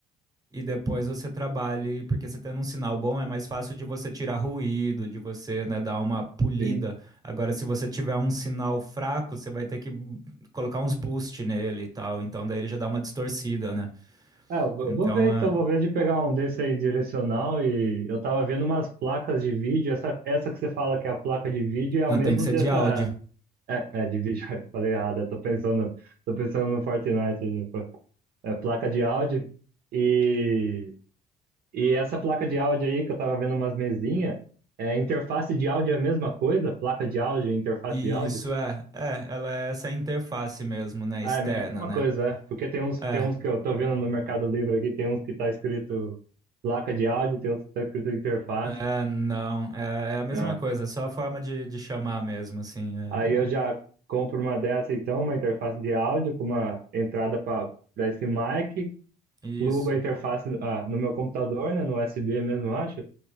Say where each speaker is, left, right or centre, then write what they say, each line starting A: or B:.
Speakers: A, on the right; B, on the right.
A: e depois você trabalhe, porque você tendo um sinal bom é mais fácil de você tirar ruído, de você, né, dar uma polida.
B: sim.
A: Agora, se você tiver um sinal fraco, você vai ter que colocar uns boost nele e tal. Então daí ele já dá uma distorcida, né?
B: Ah, eu vou
A: Então
B: vou ver
A: é...
B: então, vou ver de pegar um desse aí direcional e eu tava vendo umas placas de vídeo, essa, essa que você fala que é a placa de vídeo é
A: não,
B: o mesmo
A: tem que ser
B: dessa.
A: de áudio.
B: É, é de vídeo, <laughs> eu falei errado, eu tô pensando, tô pensando no Fortnite, tipo, é placa de áudio e, e essa placa de áudio aí que eu tava vendo umas mesinhas, é interface de áudio é a mesma coisa? Placa de áudio, interface
A: Isso
B: de áudio?
A: é, é, ela é essa interface mesmo, né?
B: Ah,
A: Externa,
B: é é a mesma
A: né?
B: coisa, é. Porque tem uns,
A: É,
B: tem uns que eu tô vendo no Mercado Livre aqui, tem uns que tá escrito placa de áudio, tem uns que tá escrito interface.
A: é, não, é, é a mesma
B: É.
A: coisa, é só a forma de, de chamar mesmo, assim. é.
B: Aí eu já compro uma dessa então, uma interface de áudio com uma entrada para esse mic,
A: Isso.
B: plugo a interface ah, no meu computador, né, no USB mesmo, eu acho.